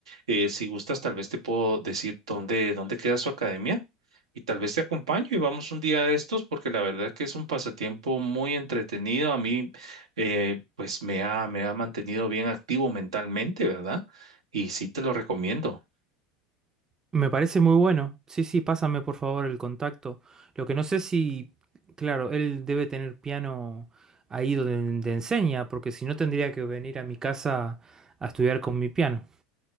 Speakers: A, on the right; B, on the right.
A: Eh, si gustas, tal vez te puedo decir dónde, dónde queda su academia y tal vez te acompaño y vamos un día de estos porque la verdad que es un pasatiempo muy entretenido. A mí, eh, pues me ha, me ha mantenido bien activo mentalmente, ¿verdad? Y sí te lo recomiendo.
B: Me parece muy bueno. Sí, sí, pásame por favor el contacto. Lo que no sé si, claro, él debe tener piano ahí donde, te enseña, porque si no tendría que venir a mi casa a estudiar con mi piano.